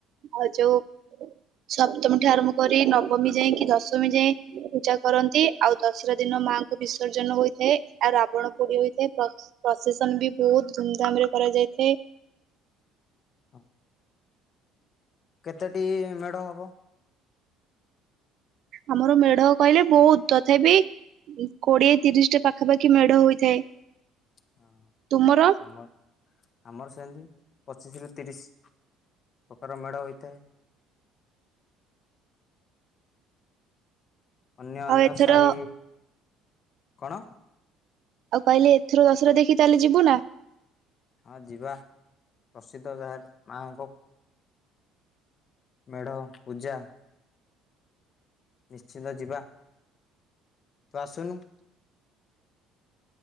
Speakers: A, on the right; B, on the left.
A: ଆଉ ଯୋଉ ସପ୍ତମୀ ଠୁ ଆରମ୍ଭ କରି ନବମୀ ଯାଏଁ କି ଦଶମୀ ଯାଏ ପୂଜା କରନ୍ତି ଆଉ ଦଶରା ଦିନ ମାଙ୍କୁ ବିସର୍ଜନ ହୋଇଥାଏ ଆଉ ରାବଣ ପୋଡି ହୋଇଥାଏ ପ୍ର ପ୍ରସେସନ୍ ବି ବହୁତ୍ ଧୁମଧାମ ରେ କରାଯାଇଥାଏ।
B: ହଁ। କେତେଟି ମେଢ ହବ।
A: ଆମର ମେଢ଼ କହିଲେ ବହୁତ୍ ତଥାପି କୋଡ଼ିଏ ତିରିଶ୍ ଟା ପାଖାପାଖି ମେଢ଼ ହୋଇଥାଏ।
B: ହଁ
A: ତୁମର
B: ଆମର ଆମର ସେମିତି। ପଚିଶି ରୁ ତିରିଶି ପ୍ରକାର ମେଢ଼ ହେଇଥାଏ। ଅନ୍ୟ ଅନ୍ୟ
A: ଆଉ ଏଥର
B: ସାହି। କଣ।
A: ଆଉ କହିଲେ ଏଥର ଅଶୁର ଦେଖି ତାହେଲେ ଯିବୁ ନା।
B: ହଁ ଯିବା ପ୍ରସିଦ୍ଧ ଯା ହେଲେ ମା ଙ୍କ ମେଢ଼ ପୂଜା। ନିଶ୍ଚିନ୍ତ ଯିବା ତୁ ଆସୁନୁ।